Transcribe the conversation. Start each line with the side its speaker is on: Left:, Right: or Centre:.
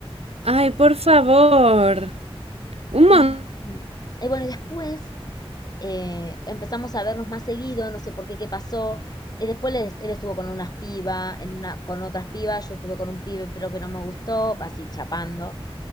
Right: Ay, por favor. Un
Left: Y,
Right: montón.
Left: y bueno, y después eh, empezamos a vernos más seguido, no sé por qué, qué pasó. Eh, Después él, él estuvo con unas pibas, en una, con otras pibas, yo estuve con un pibe, pero que no me gustó, así chapando.